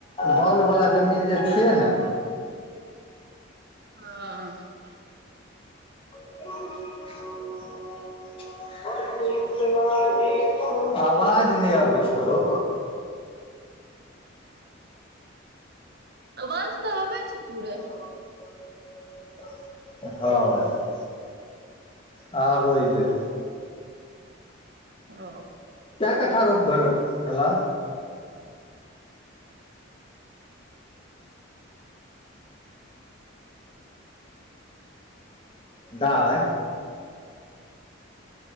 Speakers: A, on the left; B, on the right.
A: बाउल बला जमीन जे छियै ने
B: हंऽ
A: <unintelligible> <unintelligible> आवाज नहि अबै छ हौ
B: अवाज तऽ आबय छै पूरे
A: <inaudible> हँ हं ओय लेल
B: अ
A: कै कट्ठा रोप भेल भेला दाई